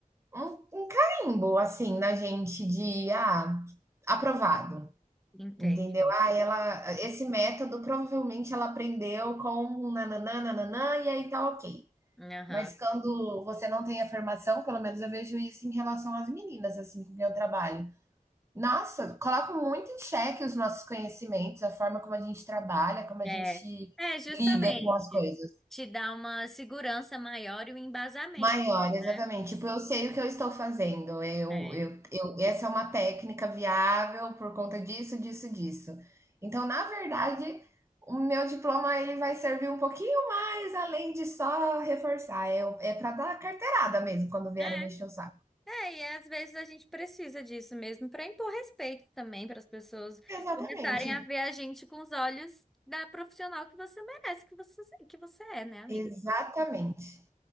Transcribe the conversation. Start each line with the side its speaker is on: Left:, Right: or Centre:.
Right: um, um carimbo, assim, na gente de, ah, aprovado,
Centre: Entendi.
Right: entendeu? Ah, ela, esse método provavelmente ela aprendeu com um nananã, nananã, e aí tá ok.
Centre: Uhum. Aham.
Right: Mas quando você não tem afirmação, pelo menos eu vejo isso em relação às meninas, assim, com quem eu trabalho. Nossa, coloca muito em xeque os nossos conhecimentos, a forma como a gente trabalha, como a
Centre: É,
Right: gente
Centre: é justamente
Right: lida com as coisas.
Centre: te dá uma segurança maior e um embasamento,
Right: Maior, exatamente.
Centre: né?
Right: Tipo, eu sei o que eu estou fazendo. Eu,
Centre: é
Right: eu, eu, essa é uma técnica viável por conta disso, disso, disso. Então, na verdade, o meu diploma ele vai servir um pouquinho mais além de só reforçar. É, o- é para dar carteirada mesmo quando vierem
Centre: É.
Right: me encher o saco.
Centre: É, e às vezes a gente precisa disso mesmo para impor respeito também, para as pessoas
Right: Exatamente.
Centre: começarem a ver a gente com os olhos da profissional que você merece, que você, que você é, né, amiga?
Right: Exatamente.